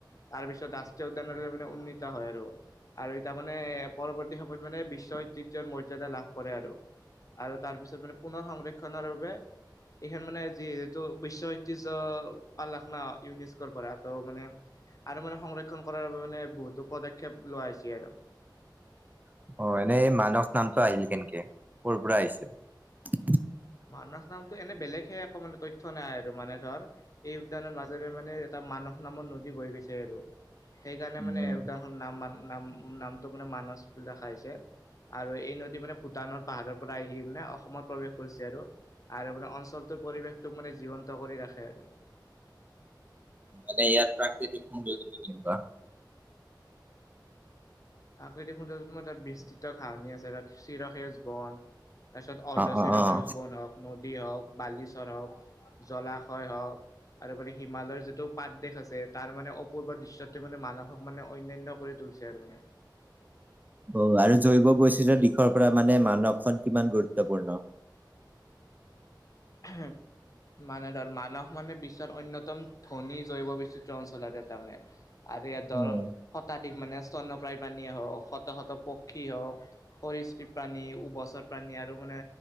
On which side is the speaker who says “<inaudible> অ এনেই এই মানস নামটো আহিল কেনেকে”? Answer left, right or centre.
Right